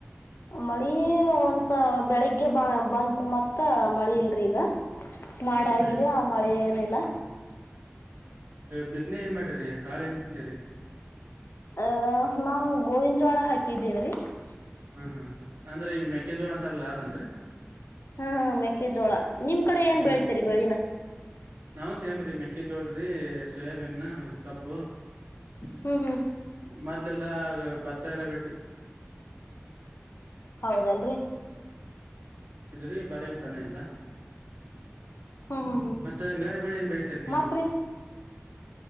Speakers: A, on the left; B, on the right.
A: ಹ ಮಳಿ ಒಂದಸ ಬೆಳಿಗ್ಗೆ ಬ ಬಂತು ಮತ್ತ ಮಳಿ ಇಲ್ರಿ ಈಗ ಮಾಡಾಗಿದೆ
B: ಹೌದನ್ರಿ
A: ಆ ಮಳೆ ಏನಿಲ್ಲ
B: ಬಿತ್ತನೆ ಏನ್ ಮಾಡಿರಿ ಕಾಳ ಏನ್ ಬಿತ್ತೀರರಿ <unintelligible>
A: ಅಹ ನಾವು ಗೋವನ್ಜೋಳ ಹಾಕಿದೇವ್ರೀ <unintelligible>
B: ಹೂ ಹೂ ಅಂದ್ರೆ ಈ ಮೆಕ್ಕೆಜೋಳ ಅಂತಾರಲ್ಲಾ ಅದೇನ್ರಿ <unintelligible>
A: ಹಾ ಮೆಕ್ಕೆಜೋಳ ನಿಮ್ ಕಡೆ ಏನ್
B: ಹ್ಮ್
A: ಬೆಳ್ತರಿ ಬೆಳಿನ.
B: ನಾವು ಸೇಮ್ರಿ ಮೆಕ್ಕೆ ಜೋಳ ರೀ. ಸೊಯಾಬ್ ಕಬ್ಬು
A: ಹ್ಮ್ ಹ್ಮ್
B: ಮೊದ್ಲೆಲ್ಲ ಭತ್ತ ಎಲ್ಲ ಬೆಳಿ.
A: ಹೌದಲ್ರಿ.
B: ್ರರಿ ಬಾರಿ ತಾನ ಇಲ್ಲ
A: ಹ್ಮ್ ಹ್ಮ್ ಹ್ಮ್
B: ಮತ್ತೆ ಗಾರಿ ಬೆಳ ಏನ್ ಬೆಳಿತೀರಿ ನೀವು.
A: ಮತ್ರಿ